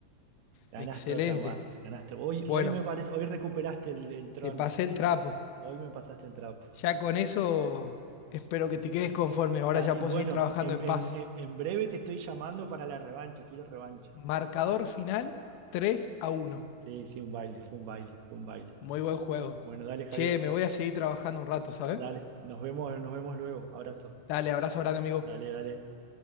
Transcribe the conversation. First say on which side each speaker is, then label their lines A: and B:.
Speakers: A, on the right; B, on the left.
A: Ganaste
B: excelente.
A: otra más, ganaste. Hoy,
B: Bueno,
A: hoy me parece, hoy recuperaste el, el trono,
B: te pasé el trapo.
A: hoy me pasaste el trapo.
B: Ya con eso espero que te quedes conforme. Ahora
A: Tal,
B: ya
A: y
B: puedo
A: bueno,
B: seguir trabajando
A: en,
B: en
A: en-
B: paz.
A: en- en breve te estoy llamando para la revancha, quiero revancha.
B: Marcador final tres a uno,
A: Sí, sí, un baile, fue un baile, fue un baile.
B: Muy buen juego.
A: Bueno, dale, Javier,
B: Che, me voy a seguir trabajando un rato, ¿sabes?
A: dale, nos vemos, nos vemos luego, abrazo.
B: Dale, abrazo grande, amigo.
A: Dale, dale.